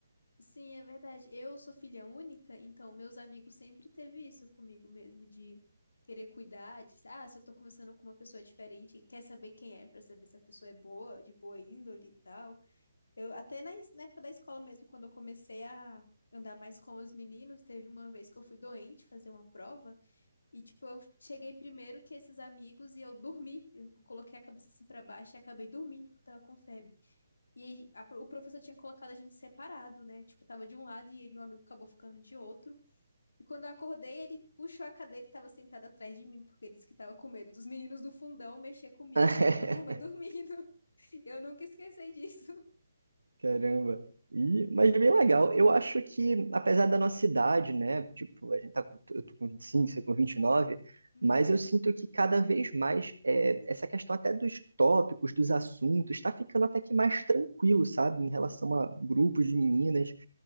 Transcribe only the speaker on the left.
Sim, é verdade. Eu sou filha única, então meus amigos sempre teve isso comigo mesmo, de querer cuidar, de, ah, se eu tô conversando com uma pessoa diferente, quer saber quem é, pra saber se a pessoa é boa, de boa índole e tal. Eu até na, es- na época da escola mesmo, quando eu comecei a andar mais com os meninos, teve uma vez que eu fui doente fazer uma prova, e tipo, eu cheguei primeiro que esses amigos e eu dormi. Eu coloquei a cabeça assim pra baixo e acabei dormindo porque eu tava com febre. E aí, a pro- o professor tinha colocado a gente separado, né? Tipo, tava de um lado e meu amigo acabou ficando de outro. E quando eu acordei, ele puxou a cadeira e tava sentado atrás de mim, porque ele disse que tava com medo dos meninos do fundão mexer comigo,
porque eu tava dormindo. <laughs> Eu nunca esqueci disso.
Uhum,